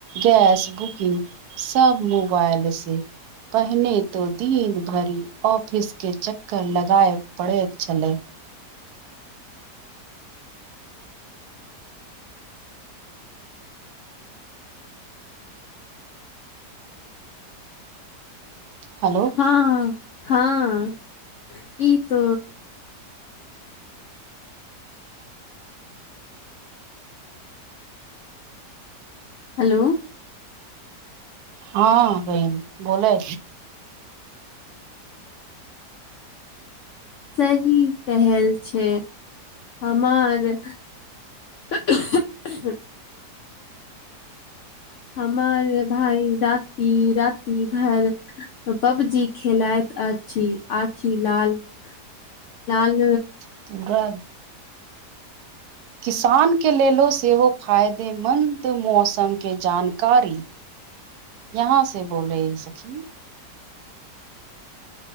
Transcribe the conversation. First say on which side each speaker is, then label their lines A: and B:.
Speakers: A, on the right; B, on the left.
A: गैस बुकिंग सब मोबाइल से पहिने तो दिन भरि ऑफिस के चक् कर लगाए पड़ेत छलै। हेलो
B: हँ हँ ई तो हेलो
A: हँ बहिन बोलै।
B: सही कहल छैय हमार <unintelligible> हमार भााय रति राति भर पबजी खेलइत अछि, आखी लाल लाल
A: <unintelligible> किसान के लेलो सेहो फायदेमंन्द मौसम के जानकारी यहाँ से बोलय ह सखी।